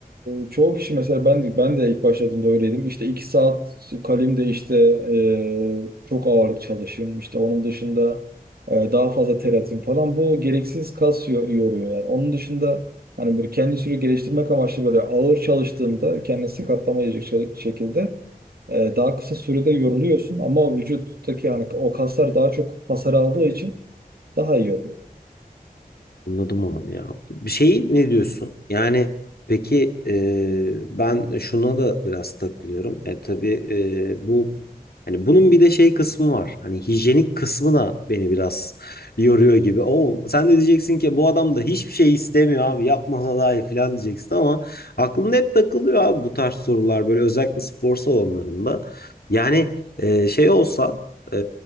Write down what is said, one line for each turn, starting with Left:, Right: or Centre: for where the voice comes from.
Right: e, çoğu kişi mesela ben de ben de ilk başladığımda öyleydim. İşte iki saat kalemde işte e, çok ağırlık çalışayım. İşte onun dışında e, daha fazla ter atayım falan. Bu gereksiz kas yo- yoruyor yani. Onun dışında hani böyle kendi sürekli geliştirmek amaçlı böyle ağır çalıştığında kendini sakatlamayacak şe- şekilde e, daha kısa sürede yoruluyorsun ama vücuttaki hani o kaslar daha çok hasar aldığı için daha iyi oluyor.
Left: Anladım abi ya. Bir şey ne diyorsun? Yani peki e, ben şuna da biraz takılıyorum. E, tabii e, bu hani bunun bir de şey kısmı var. Hani hijyenik kısmı da beni biraz yoruyor gibi. O sen de diyeceksin ki bu adam da hiçbir şey istemiyor abi yapmasa daha iyi falan diyeceksin ama aklımda hep takılıyor abi bu tarz sorular böyle özellikle spor salonlarında. Yani e, şey olsa e,